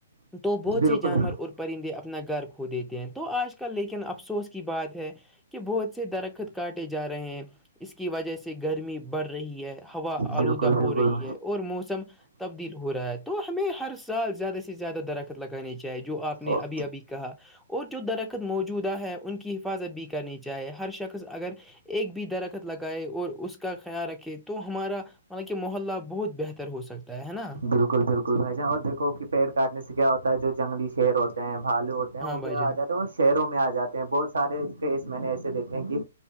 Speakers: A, in the centre; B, on the right.
A: تو بہت
B: بالکل
A: سے جانور اور پرندے اپنا گھر ہو دیتے ہیں تو آج کل لیکن افسوس کی بات ہے کہ بہت سے درخت کاٹے جا رہے ہیں اس کی وجہ سے گرمی بڑھ رہی ہے ہوا آلوودہ
B: بالکل بالکل
A: ہو رہی ہے اور موسم تبدیل ہو رہا ہے تو ہمیں ہر سال زیادہ سے زیادہ درخت لگانی چاہیے جو آپ نے
B: اور
A: ابھی ابھی کہا اور جو درخت موج جدا ہے ان کی حفاظت بھی کرنی چاہے ہر شخص اگر ایک بھی درخت لگا گائے اور اس کا خیال رکھے تو ہمارا مط کہ محلہ بہت بہتر ہو سکتا ہے نا
B: بالکل بالکل بھائی جان اور دیکھو کہ پیڑ کاٹنے سے کیا ہوتا ہے جو جنگلی شیر ہوتے ہیں بھالو ہوتے ہیں
A: ہاں
B: وہ
A: بھائی
B: کیا
A: جان
B: آ جاتے ہیں شہروں میں آ جاتے ہیں بہت سارے کیس میں نے ایسے دیکھے ہیں کہ